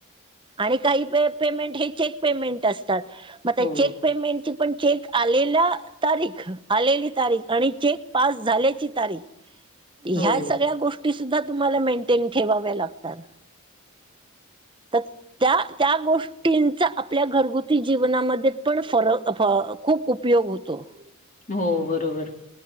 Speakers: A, on the right (about 25°); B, on the left (about 40°).
A: आणि काही पेमेंट हे चेक पेमेंट असतात मग त्या
B: हो
A: चेक पेमेंट चेक पण चेक आलेला तारीख आलेली तारीख आणि चेक पास झाल्याची तारीख ह्या
B: हो
A: सगळ्या गोष्टी सुद्धा तुम्हाला ममेंटेन ठेवाव्या लागतात <unintelligible> त्य- त्या गोष्टींचा आपल्या घरगुती जीवनामध्ये पण फरक खूप उपयोग होतो <inaudible>
B: हो बरोबर